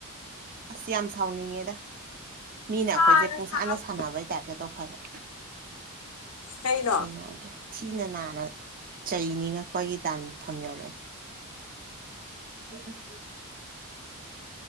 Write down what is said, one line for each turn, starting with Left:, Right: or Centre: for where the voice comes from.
Right: ꯑꯁ ꯌꯥꯝ ꯁꯥꯎꯅꯤꯡꯉꯦꯗ꯫ ꯃꯤꯅ
Left: ꯍꯥꯟꯅ
Right: ꯑꯩꯈꯣꯏꯖꯦ ꯄꯨꯡꯁꯥꯟꯗ
Left: ꯊꯥꯕꯅꯦ
Right: ꯁꯥꯟꯅꯕꯩ ꯇꯥꯏꯞꯇ ꯇꯧꯈꯠꯂꯛꯑꯦ꯫
Left: ꯀꯩꯅꯣ
Right: ꯍꯩꯅꯗ꯭ꯔꯦ꯫ ꯊꯤꯅ ꯅꯥꯅ ꯆꯩꯅꯤꯡꯉꯛꯄꯒꯤ ꯇꯥꯟꯐꯝ ꯌꯧꯔꯛꯑꯦ꯫ ꯎ꯫ <inaudible>